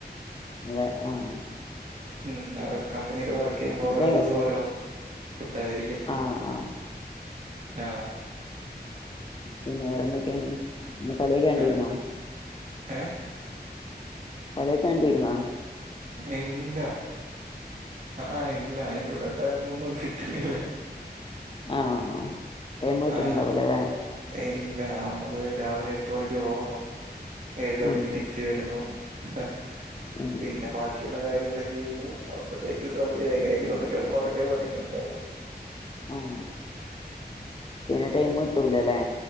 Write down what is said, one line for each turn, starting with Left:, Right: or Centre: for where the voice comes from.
Left: അതെ ആഹ
Right: ഉം ഉം ഒഴക്കം ൽ വർക്ക് ചെയ്യുമ്പോൾ
Left: ഫുഡ്
Right: ഓരോ ദിവസം ഓരോ ഫായിരിക്കും
Left: ആഹ് ആഹ്
Right: ആഹ
Left: പിന്ന നേറെന്തൊക്കെയ എന്ന കളി കണ്ടിരുന്നാ
Right: ഏ ഏ?
Left: കളയക്കാണ്ടിരുന്ന
Right: ഇല്ല ആ ഇല്ല അതിനുള്ള ടൈം ഒന്നും കിട്ടണില്ല
Left: ആഹ ടൈംട്ടുണ്ടാവല
Right: ആ
Left: വേ
Right: ഇല്ല നമ്മള് രാവിലെ എട്ട് മണിക്ക് പോകുന്നു ഏഴു മണിക്ക്
Left: ഉം
Right: തിരിച്ചു വരുന്നു ആ
Left: ഉം
Right: പിന്നെ ബാക്കി കാര്യങ്ങൾ ചെയ്യുന്നു അപ്പത്തേക്ക്ങ്ങനങ്കില ഒ കിടന്ന അവർക്കാ മതിന്ന ഉണ്ടാവു
Left: ആഹ് പിന്നെ ടൈം കിട്ടൂലല്ലേ